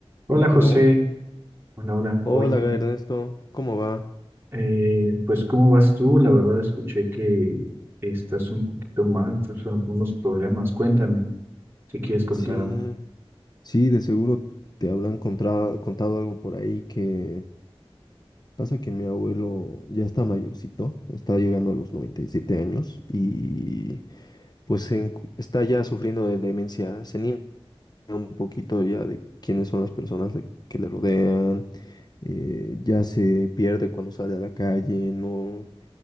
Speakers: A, on the right; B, on the left.
A: Hola José,
B: ¿Aló?
A: hola, hola.
B: Hola,
A: Oye,
B: Ernesto, ¿cómo va?
A: eh, pues ¿cómo vas tú? La verdad escuché que estás un poquito mal, estás con unos problemas. Cuéntame, si quieres contarme.
B: Sí, sí, de seguro te habrán contra- contado algo por ahí que pasa que mi abuelo ya está mayorcito, está llegando a los 97 años y pues se encu- está ya sufriendo de demencia senil, un poquito ya de quiénes son las personas de- que le rodean, eh, ya se pierde cuando sale a la calle, no,